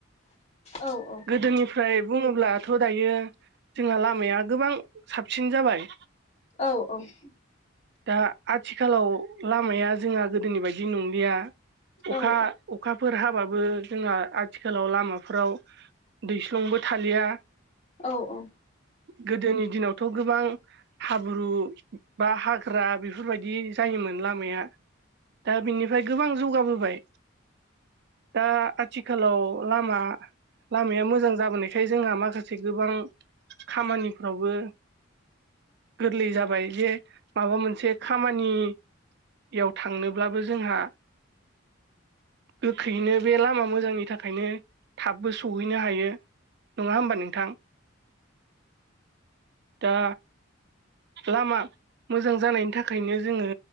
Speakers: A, on the left (about 35°); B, on the right (about 55°).
A: औ औ
B: गोदोनिफ्राय बुं होनब्लाथ' दायो जोंहा लामाया गोबां साबसिन जाबाय
A: औ
B: दा आथिखालाव लामाया जोंहा गोदोनि बायदि नंलिया अखा
A: औ
B: अखाफोर हाब हबाबो जोंहा आथिखालाव लामाफ्राव दैस्लुंबो थालिया
A: औ औ
B: गोदोनि दिनावथ' गोबां हाब्रु बा हाग्रा बेफोर बेफोरबायदि जायोमोन लामाया दा बिनिफ्राय गोबां जौगाबोबाय दा आथिखालआव औ लामा लामाया मोजां जाबोनायखाय जोंहा माखासे गोबां खामानिफ्रावबो गोरलै जाबाय जे माबा मोनसे खामानि याव थांनोब्लाबो जोंहा गोख्रैनो बे लामा मोजांनि थाखाय ओंखायनो थाबबो सौहैनो हायो नङा होमबा नोंथां दा लामा मोजां जानायनि थाखायनो जोङो